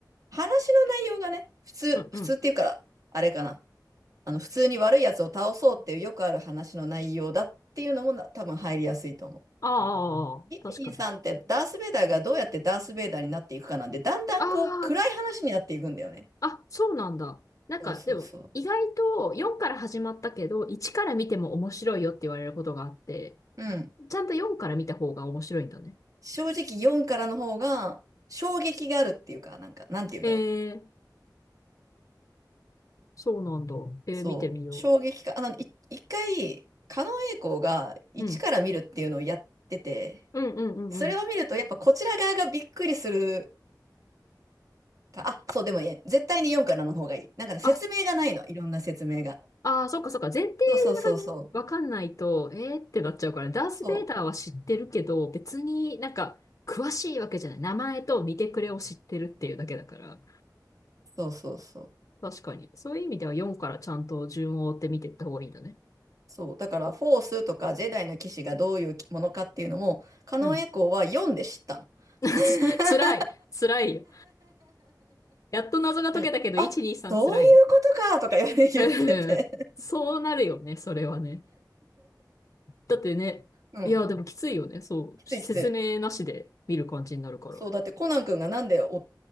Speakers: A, on the right; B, on the left.
A: 話の内容がね、普通、
B: うんうん。
A: 普通っていうから、あれかな。あの、普通に悪いやつを倒そうっていうよくある話の内容だっていうのもな多分入りやすいと思う。
B: ああ、ああ確かに。
A: 123ってダース・ベイダーがどうやってダース・ベイダーになっていくかなんで、だんだんこう暗い話になっていくんだよね。
B: ああ、あ、そうなんだ。なんかでも意外と4から始まったけど、
A: そうそうそう。
B: 1から見ても面白いよって言われることがあって、
A: うん。
B: ちゃんと4から見た方が面白いんだね。
A: 正直4からの方が衝撃があるっていうか、なんか、なんて言うんだろう。
B: えー、そうなんだ。えー、
A: そう。
B: 見てみよ
A: 衝撃か。あの、い一回、狩野英孝が1から見るっていうのをやってて、
B: う。うん。うんうんうんうん。
A: それを見るとやっぱこちら側がびっくりするか、あ、そう、でもいや、絶対に4からの方がいい。なんかね、説明がないの、
B: あ、
A: いろんな説明が。
B: あー、そっかそっか。前提がね、
A: そうそうそうそう。
B: わかんないと、えーってなっちゃうから、ダース・
A: そう
B: ベイダーは知ってるけど、別になんか、詳しいわけじゃない。名前と見てくれを知ってるっていうだけだから。
A: そうそうそう。
B: 確かに。そういう意味では4からちゃんと順を追って見ていった方がいいんだね。
A: そう。だから、フォースとかジェダイの騎士がどういうものかっていうのも、カノンエコーは読んで知ったの。
B: うん。<laughs>
A: <laughs>
B: つ辛い。辛いよ。やっと謎が解けたけど、
A: なんかあ、
B: 1、2、3辛い
A: そういうことかとか言って言ってて。
B: ね。<laughs> そうなるよね、それはね。だってね、
A: うん。
B: いや、でもきついよね。そう。
A: きついきつい。
B: 説明なしで見る感じになるから。
A: そう、だってコナン君がなんでお